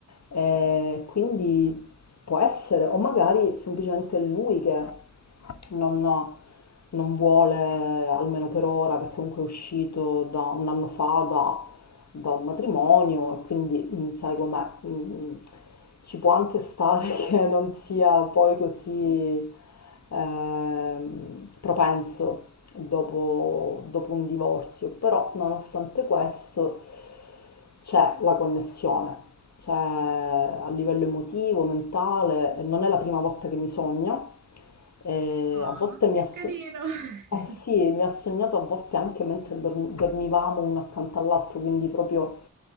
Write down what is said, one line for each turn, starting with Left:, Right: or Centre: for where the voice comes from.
Left: Eh, quindi può essere, o magari semplicemente lui che non non vuole, almeno per ora, perché comunque è uscito da un anno fa da, da un matrimonio e quindi mm, sai com'è, mm, mm, ci può anche stare <laughs> che non sia poi così ehm, propenso dopo, dopo un divorzio, però nonostante questo c'è la connessione, c'è a livello emotivo, mentale, non è la prima volta che mi sogna, eh,
Right: Ah,
Left: a volte mi
Right: che
Left: associa...
Right: carino! <laughs>
Left: Eh sì, e mi ha sognato a volte anche mentre dorm- dormivamo uno accanto all'altro, quindi proprio